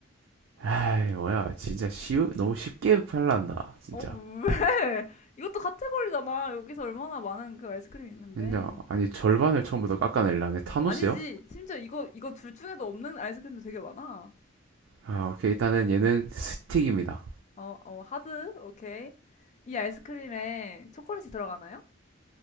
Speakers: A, on the right (about 65°); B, on the left (about 35°).
A: 아이, 뭐야. 진짜 쉬우, 너무 쉽게 팔란다. 진짜.
B: 어, 왜? <laughs> 이것도 카테고리잖아. 여기서 얼마나 많은 그 아이스크림이 있는데.
A: 진짜. 아니, 절반을 처음부터 깎아내려네. 타노스요?
B: 아니지. 심지어 이거, 이거 둘 중에도 없는 아이스크림도 되게 많아.
A: 아, 오케이. 일단은 얘는 스틱입니다.
B: 어, 어, 하드? 오케이. 이 아이스크림에 초콜릿이 들어가나요?